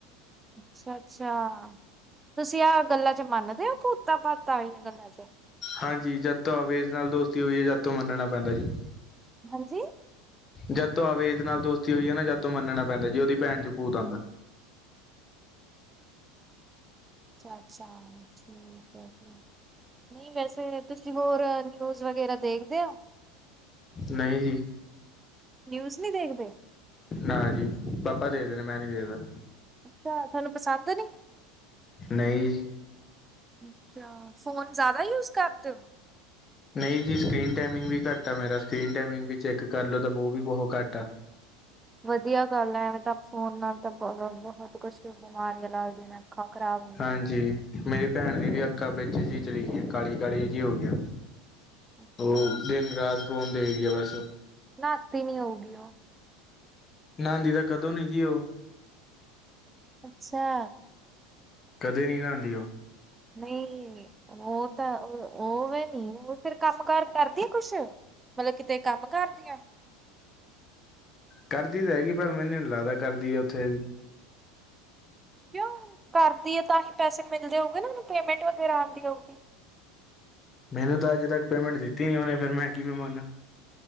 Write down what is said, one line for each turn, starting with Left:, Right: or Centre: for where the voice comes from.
Right: ਅੱਛਾ-ਅੱਛਾ ਤੁਸੀਂ ਆ ਗੱਲਾਂ 'ਚ ਮੰਨਦੇ ਓ ਭੂਤਾਂ ਪਾਤਾਂ ਆਲੀਆਂ ਗੱਲਾਂ 'ਚ?
Left: ਹਾਂਜੀ ਜਦ ਤੋਂ ਆਵੇਜ਼ ਨਾਲ ਦੋਸਤੀ ਹੋਈ ਆ ਜਦ ਤੋਂ ਮੰਨਣਾ ਪੈਂਦਾ ਜੀ।
Right: ਹਾਂਜੀ।
Left: ਜਦ ਤੋਂ ਆਵੇਜ਼ ਨਾਲ ਦੋਸਤੀ ਹੋਈ ਆ ਨਾ ਜਦ ਤੋਂ ਮੰਨਣਾ ਪੈਂਦਾ ਜੀ ਉਦੀ ਭੈਣ 'ਚ ਭੂਤ ਆਂਦਾ।
Right: ਅੱਛਾ-ਅੱਛਾ ਠੀਕ ਐ, ਨਈ ਵੈਸੇ ਤੁਸੀਂ ਹੋਰ ਨਿਊਜ਼ ਵਗੈਰਾ ਦੇਖਦੇ ਆ?
Left: ਨਈ ਜੀ।
Right: ਨਿਊਜ਼ ਨੀ ਦੇਖਦੇ?
Left: ਨਾ ਜੀ ਪਾਪਾ ਦੇਖਦੇ ਨੇ ਮੈਂ ਨੀ ਦੇਖਦਾ।
Right: ਕਿਉਂ ਥੋਨੂੰ ਪਸੰਦ ਨੀ?
Left: ਨਈ ਜੀ।
Right: ਅੱਛਾ ਫੋਨ ਜ਼ਿਆਦਾ ਯੂਜ ਕਰਦੇ?
Left: ਨਈ ਜੀ ਸਕਰੀਨ ਟਾਈਮਿੰਗ ਵੀ ਘੱਟ ਆ ਮੇਰਾ, ਸਕਰੀਨ ਟਾਈਮਿੰਗ ਵੀ ਚੈੱਕ ਕਰ ਲੋ ਤਾਂ ਓ ਵੀ ਬਹੁ ਘੱਟ ਆ।
Right: ਵਧੀਆ ਗੱਲ ਆ ਐਵੇ ਤਾਂ ਫੋਨ ਨਾਲ ਤਾਂ ਬ ਬਹੁਤ ਕੁਛ ਬਿਮਾਰੀਆਂ ਲੱਗਦੇਅ ਨੇ। ਖਾ ਖਰਾਬ
Left: ਹਾਂਜੀ ਮੇਰੀ ਭੈਣ ਦੀ ਵੀ ਅੱਖਾਂ ਵਿੱਚ ਜੀ ਚਲੀ ਗੀਆ ਕਾਲੀ-ਕਾਲੀ ਜੀ ਹੋ ਗੀਆ।
Right: ਅੱਛਾ।
Left: ਓ ਦਿਨ-ਰਾਤ ਫੋਨ ਦੇਖ ਦੀ ਆ ਬਸ।
Right: ਨਾਤੀ ਨੀ ਉਗੀਓ।
Left: ਨਾਂਦੀ ਤਾਂ ਕਦੋਂ ਨੀ ਜੀ ਓ।
Right: ਅੱਛਾ।
Left: ਕਦੇ ਨੀ ਨਾਂ ਦੀ ਓ।
Right: ਨਈ ਹੋ ਤਾਂ ਉਵੇ ਨੀ ਓ ਫੇਰ ਕੰਮ ਕਾਰ ਕਰਦੀ ਆ ਕੁਛ? ਮਤਲ ਕਿਤੇ ਕੰਮ ਕਰਦੀ ਆ?
Left: ਕਰਦੀ ਤਾਂ ਹੈਗੀ ਪਰ ਮੈਨੇ ਨੀ ਲੱਗਦਾ ਕਰਦੀ ਆ ਉੱਥੇ।
Right: ਕਿਉਂ ਕਰਦੀ ਆ ਤਾਂ ਹੀ ਪੈਸੇ ਮਿਲਦੇ ਹੋਗੇ ਨਾ ਉਨੂੰ ਪੇਮੈਂਟ ਵਗੈਰਾ ਆਂਦੀ ਹੋਊਗੀ?
Left: ਮੈਨੂੰ ਤਾਂ ਅੱਜ ਤੱਕ ਪੇਮੈਂਟ ਦਿੱਤੀ ਨੀ ਉਨੇ ਫਿਰ ਮੈਂ ਕਿਵੇਂ ਮੰਨਾ।